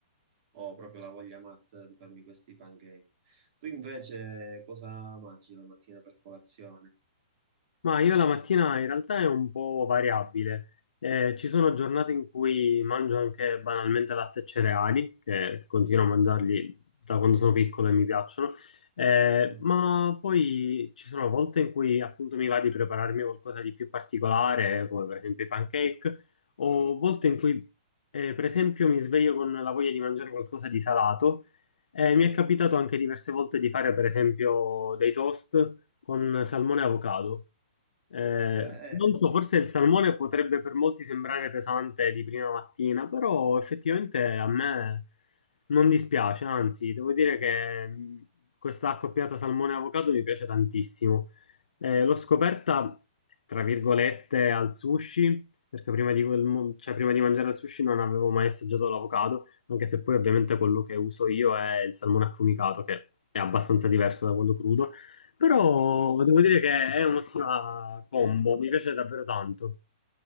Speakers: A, on the right; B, on the left.
A: ho proprio la voglia matta di farmi questi pancake. Tu invece cosa mangi la mattina per colazione?
B: Ma io la mattina in realtà è un po' variabile. Eh, ci sono giornate in cui mangio anche banalmente latte e cereali, che continuo a mangiarli da quando sono piccolo e mi piacciono. Eh,
A: Mm.
B: ma poi ci sono volte in cui appunto mi va di prepararmi qualcosa di più particolare, come per esempio i pancake, o volte in cui eh, per esempio mi sveglio con la voglia di mangiare qualcosa di salato. Eh, mi è capitato anche diverse volte di fare per esempio dei toast con salmone e avocado. Eh,
A: Belli.
B: non so, forse il salmone potrebbe per molti sembrare pesante di prima mattina, però effettivamente a me non dispiace, anzi, devo dire che mh, questa accoppiata salmone e avocado mi piace tantissimo. Eh, l'ho scoperta, tra virgolette, al sushi, perché prima di, quel mo- cioè, prima di mangiare il sushi non avevo mai assaggiato l'avocado, anche se poi ovviamente quello che uso io è il salmone affumicato, che è abbastanza diverso da quello crudo. Però devo dire che è un'ottima combo, mi piace davvero tanto.